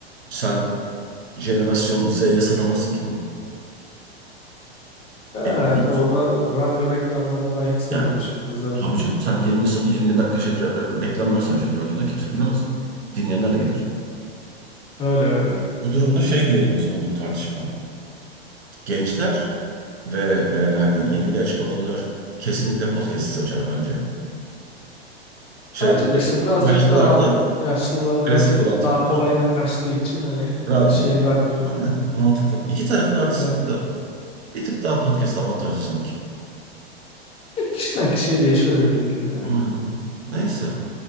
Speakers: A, on the right (about 80°); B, on the left (about 20°).
A: sen jenerasyon Z'ye satamazsın ki bunu.
B: Evet
A: Elinde kalır.
B: o ra- radyo reklamlarını ben hiç sevmemişimdir
A: Yani
B: zaten.
A: tabii canım sen 20, sa- 20 dakika şey, re- re- reklam versen şeyde radyoda kimse dinlemez. Dinleyenler de gider.
B: Öyle öyle.
A: Bu durumda şey diyelim o zaman bu tartışma. Gençler ve e, hani yeniliğe açık olanlar kesinlikle podcast'ı seçer bence. Şeyde
B: Bence de işte birazcık
A: yaşlılar
B: daha
A: da
B: yaşlılarda
A: klasik
B: hani
A: olan tipler.
B: daha kolayına kaçtığı için hani
A: Radyo.
B: e, şey radyoyu.
A: Aynen mantıklı. İki tarafın artısı
B: e,
A: var da bir tık daha podcast avantajlı sanki.
B: Kişiden kişiye değişiyor dediğin gibi yani.
A: Aynen. Neyse.